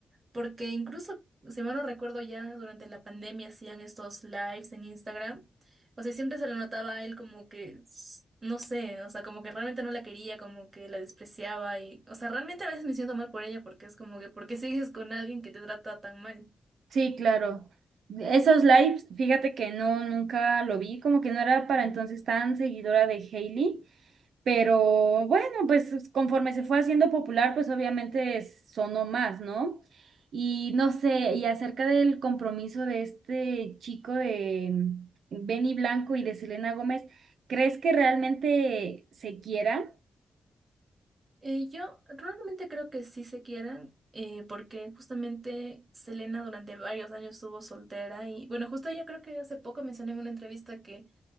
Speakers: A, on the right; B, on the right.
A: Porque incluso, si mal no recuerdo, ya durante la pandemia hacían estos lives en Instagram. O sea, siempre se le notaba a él como que, s- no sé, o sea, como que realmente no la quería, como que la despreciaba y, o sea, realmente a veces me siento mal por ella porque es como que, ¿por qué sigues con alguien que te trata tan mal?
B: Sí, claro. Esos lives, fíjate que no, nunca lo vi, como que no era para entonces tan seguidora de Hailey. Pero bueno, pues conforme se fue haciendo popular, pues obviamente es- sonó más, ¿no? Y no sé, y acerca del compromiso de este chico de mm, Benny Blanco y de Selena Gómez, ¿crees que realmente se quiera?
A: Eh, yo realmente creo que sí se quieran, eh, porque justamente Selena durante varios años estuvo soltera y, bueno, justo ella creo que hace poco mencioné en una entrevista que